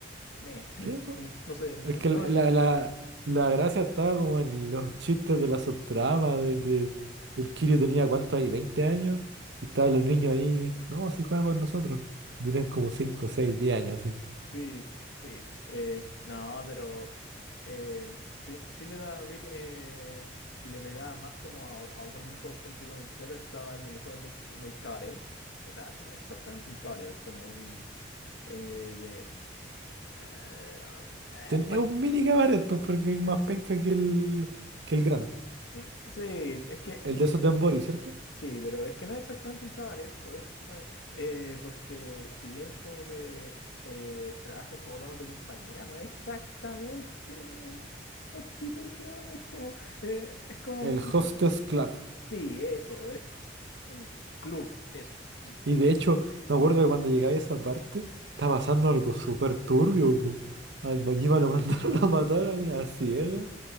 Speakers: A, on the left (about 85°); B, on the right (about 75°).
A: Me, <laughs>
B: Sí, pues.
A: no sé, no,
B: Es que la, la, la gracia estaba como en los chistes de la subtrama, de que el Kirio tenía cuánto ahí, 20 años, y estaban los niños ahí, no, así juega con nosotros. Tenían como 5 6 10 años así.
A: Sí, sí. Eh, no, pero eh, sí, sí le da bri- eh, le pegaba más como a, a otros minijuegos. Ponte tú en el cero estaba el minijuego del, del cabaret. O sea, no es exactamente un cabaret, es como un eh, de eh, um, eh,
B: Ten-
A: pa-
B: es un mini cabaret, pues, porque es más penca que el, que el Grand.
A: mm, sí, es que
B: El
A: mm,
B: de Sotenbori, ¿cierto?
A: Sí, pero es que no es exactamente un cabaret, pues, eh, eh, porque si bien como que eh, trabajan como damas de compañía, no es exactamente prostitución, es como, eh, es como
B: El
A: un centro...
B: Hostess Club.
A: Sí, eso, es c- un club, eso. Y
B: Y de hecho, me acuerdo que cuando llegáis a esa parte, está pasando algo súper turbio, po. Al Majima lo mandaron <laughs> a matar a una ciega.